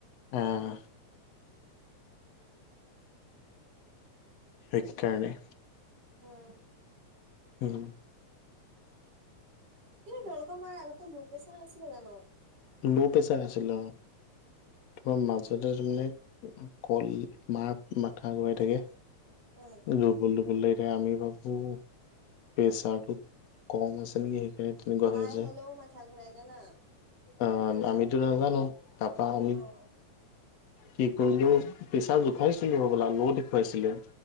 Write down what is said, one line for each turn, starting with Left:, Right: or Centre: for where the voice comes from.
Left: উম। সেইকাৰণে।
Right: উম।
Left: হুম।
Right: কিন্তু তোমালোকৰ মা আগতে ল প্ৰেছাৰ নাছিলে জানো?
Left: ল' প্ৰেছাৰ আছিল অ। তোমাৰ মাজতে তাৰমানে কল মাৰ মাথা ঘোৰাই থাকে।
Right: উম
Left: দুৰ্বল দুৰ্বল লাগি থাকে আমি ভাবো প্ৰেচাৰটো কম আছে নেকি সেইকাৰণে তেনেকুৱা
Right: হাই
Left: হৈ আছে।
Right: হলেও মাথা ঘূৰাই জানা?
Left: অ আমিতো নাজানো তাৰাপা আমি
Right: অ
Left: কি কৰিলো পেছা জোখাইছিলো হবলা ল দেখুৱাইছিলে।